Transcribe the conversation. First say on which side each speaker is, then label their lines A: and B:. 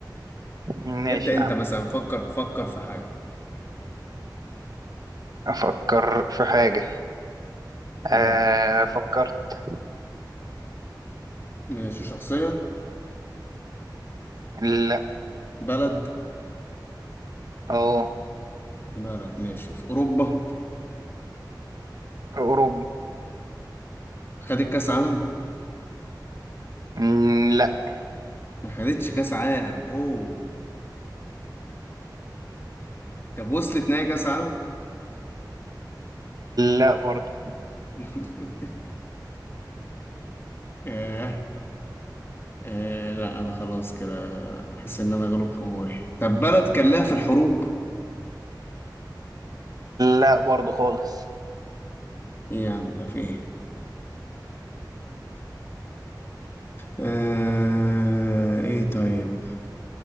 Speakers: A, on the right; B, on the left.
A: ماشي
B: ابدا
A: يا
B: انت
A: عم
B: مثلا فكر فكر في حاجه
A: افكر في حاجة آه
B: يلا
A: فكرت
B: ماشي شخصيه
A: لا
B: بلد
A: اه
B: بلد ماشي في اوروبا
A: في اوروبا
B: خدت كاس عالم
A: مم، لا
B: ما خدتش كاس عالم اوه طب وصلت نهائي كاس عالم
A: لا برضه
B: <laughs> آه. آه. لا انا خلاص كده حاسس ان انا غلب حماري طب بلد كان لها في الحروب
A: لا برضه خالص
B: إيه يا عم ده في ايه آه... ايه طيب